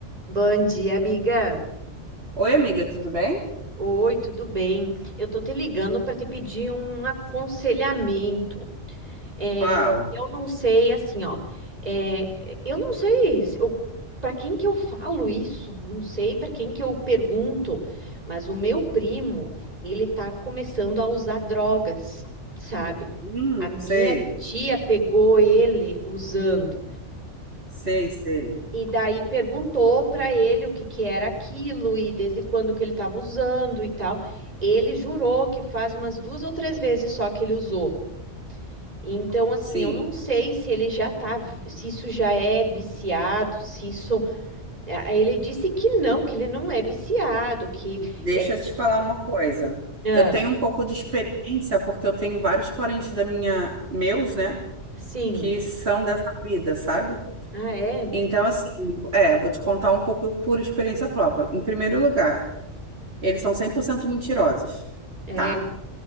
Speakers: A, on the right; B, on the right.
A: Bom dia, amiga.
B: Oi, amiga, tudo bem?
A: Oi, tudo bem? Eu tô te ligando para te pedir um aconselhamento. É,
B: Fala.
A: eu não sei, assim, ó. é, eu não sei se eu, para quem que eu falo isso. Não sei para quem que eu pergunto. Mas o meu primo, ele tá começando a usar drogas, sabe?
B: Hum,
A: A minha
B: sei,
A: tia pegou ele usando.
B: sei, sei.
A: E daí perguntou para ele o que que era aquilo e desde quando que ele estava usando e tal. Ele jurou que faz umas duas ou três vezes só que ele usou. Então, assim,
B: Sim,
A: eu não sei se ele já tá, vi- se isso já é viciado, se isso. Ah, Ele disse que não, que ele não é viciado, que
B: deixa
A: é.
B: eu te falar uma coisa.
A: Ah,
B: Eu tenho um pouco de experiência porque eu tenho vários parentes da minha, meus, né,
A: sim.
B: que são dessa vida, sabe?
A: Ah, é?
B: Então, assim, é, vou te contar um pouco por experiência própria. Em primeiro lugar, eles são 100% mentirosos,
A: É.
B: tá?